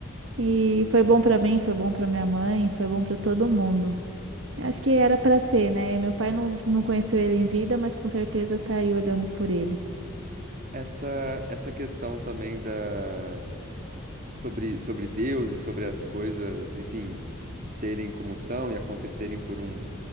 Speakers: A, on the right; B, on the right.
A: e foi bom pra mim, foi bom pra minha mãe, foi bom pra todo mundo. Eu Acho que era pra ser, né? Meu pai não, não conheceu ele em vida, mas com certeza tá aí olhando por ele.
B: essa essa questão também da sobre, sobre Deus e sobre as coisas, enfim, serem como são e acontecerem por um,